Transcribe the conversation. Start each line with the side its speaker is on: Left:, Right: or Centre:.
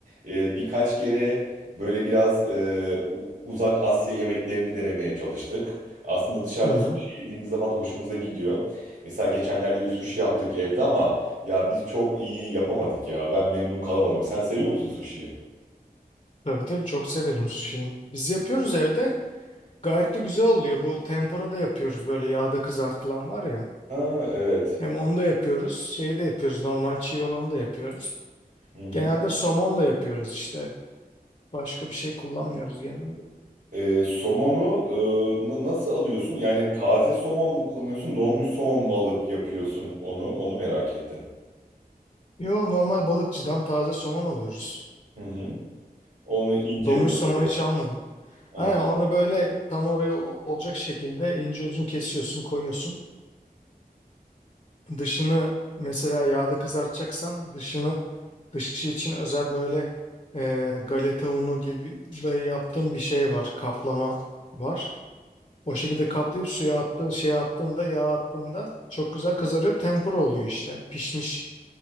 Right: E, birkaç kere böyle biraz e, u- uzak Asya yemeklerini denemeye çalıştık. Aslında dışarıda
Left: Hı hı.
Right: sushi yediğimiz zaman hoşumuza gidiyor. Mesela geçenlerde bir sushi yaptık evde ama ya biz çok iyi yapamadık ya. Ben memnun kalamadım. Sen seviyor musun sushi'yi?
Left: Tabii tabii çok severim şeyi. Biz yapıyoruz evde. Gayet de güzel oluyor. Bu tempura da yapıyoruz. Böyle yağda kızartılan var ya.
Right: Ha evet.
Left: Hem onu da yapıyoruz. Şeyi de yapıyoruz. Normal çiğ olanı da yapıyoruz.
Right: Hı hı.
Left: Genelde somonla yapıyoruz işte. Başka bir şey kullanmıyoruz genelde.
Right: E, somonu e, na- nasıl alıyorsun? Yani taze somon mu kullanıyorsun, donmuş somon mu alıp yapıyorsun onu? Onu merak ettim.
Left: Yo normal balıkçıdan taze somon alıyoruz.
Right: Hı hı. Onu ince
Left: Donmuş
Right: doğru.
Left: somon hiç almadım.
Right: Ha.
Left: Aynen onu böyle tam oraya o- olacak şekilde ince uzun kesiyorsun, koyuyorsun. Dışını mesela yağda kızartacaksan dışını dışı için özel böyle e, galeta unu gibi de yaptığın bir şey var, kaplama var. O şekilde kaplayıp suya attığın şeye attığında yağ attığında çok güzel kızarıyor. Tempura oluyor işte. Pişmiş.